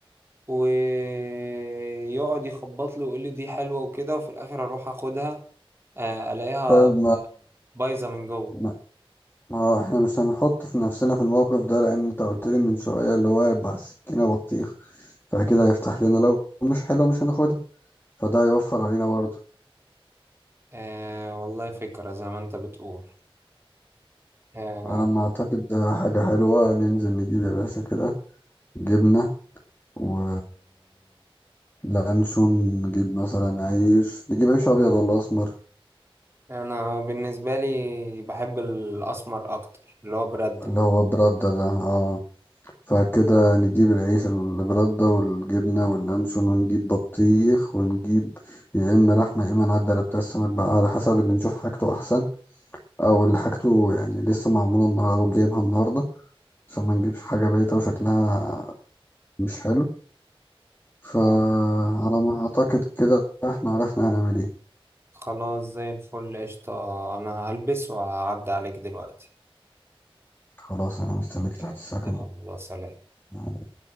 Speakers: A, on the right; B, on the left.
A: ويقعد يخبط لي ويقول لي دي حلوه وكده وفي الاخر اروح اخدها آه، الاقيها
B: طيب
A: بايظه من جوه
B: ما ما هو احنا مش هنحط في نفسنا في الموقف ده لان انت قلت لي من شوية اللي هو هيبقى السكينة بطيخ فكده هيفتح لنا لو مش حلوة مش هناخدها فده هيوفر علينا برضه
A: آه، والله فكره زي ما انت بتقول آه
B: انا ما اعتقد ده حاجة حلوة ننزل نجيب يا باشا كده جبنة و لانشون نجيب مثلا عيش نجيب عيش ابيض ولا اسمر
A: انا بالنسبه لي بحب الاسمر اكتر اللي هو براد ده
B: اللي هو برده ده اه فكده نجيب العيش البردة والجبنة واللانشون ونجيب بطيخ ونجيب يا إما لحمة يا إما نعدي على بتاع السمك بقى على حسب اللي نشوف حاجته أحسن أو اللي حاجته يعني لسه معمولة النهاردة أو جايبها النهاردة عشان ما نجيبش حاجة بايتة وشكلها مش حلو فعلى
A: أوه.
B: ما أعتقد كده إحنا عرفنا هنعمل إيه
A: خلاص زي الفل قشطه انا هلبس وهعدي عليك دلوقتي
B: خلاص أنا مستنيك تحت
A: يلا
B: السكن
A: يلا
B: أهو
A: سلام
B: يعني